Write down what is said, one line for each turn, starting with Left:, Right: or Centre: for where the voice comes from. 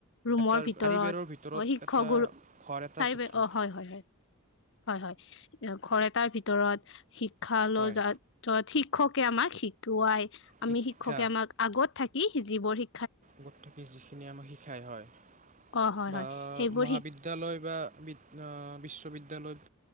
Left: ৰুমৰ
Right: এটাৰ
Left: ভিত তৰত
Right: চাৰিবেৰৰ ভিতৰত
Left: অ শিক্ষক
Right: এটা
Left: গুৰু
Right: ঘৰ এটাৰ
Left: চাৰি
Right: ভিতৰত
Left: বেৰ অ। হয় হয় হয়, হয় হয় অ ঘৰ এটাৰ ভিতৰত শিক্ষা লৈ
Right: হয়
Left: যা তত শিক্ষকে আমাক শিকোৱাই, আমি
Right: শিক্ষা
Left: শিক্ষকে আমাক আগত থাকি যিবোৰ শি
Right: মতথকি যিখিনি আমাক শিকাই হয়
Left: অ হয়
Right: বা
Left: হয় সেইবোৰ
Right: মহাবিদ
Left: শিক
Right: দ্যালয় বা বিদ অ বিশ্ববিদ্যালয়ত